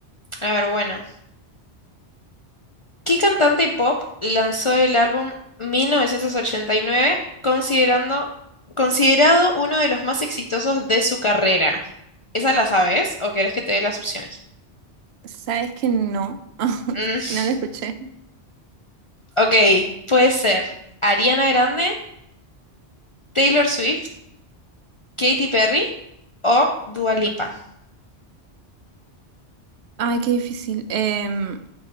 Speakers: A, on the left (about 45°); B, on the right (about 70°).
A: a ver, bueno. ¿Qué cantante pop lanzó el álbum 1989 considerando, considerado uno de los más exitosos de su carrera? ¿Esa la sabes o querés que te dé las opciones?
B: Sabes que no. <laughs>
A: Mm,
B: No lo escuché.
A: ok, puede ser Ariana Grande, Taylor Swift, Katy Perry o Dua Lipa.
B: Ay, qué difícil. Em,